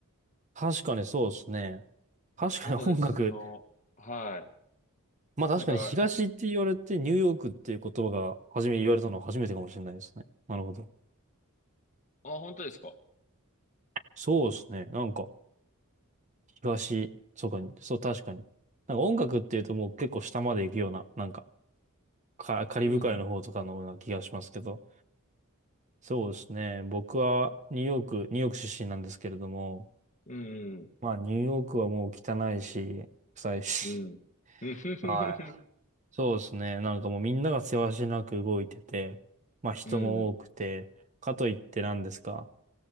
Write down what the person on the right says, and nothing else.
確かにそうですね。確かに音楽
まあ確かに東って言われてニューヨークっていう言葉が初め言われたのは初めてかもしれないですね。
なるほど。
そうですね。なんか東、そうか、そう確かに。なんか音楽っていうともう結構下まで行くような、なんかカ、カリブ海の方とかのような気がしますけど。
そうですね。僕はニューヨーク、ニューヨーク出身なんですけれども、
まあニューヨークはもう汚いし、臭いし。
<laughs> はい。
そうですね。なんかもうみんながせわしなく動いてて、まあ人も多くて、
かといって何ですか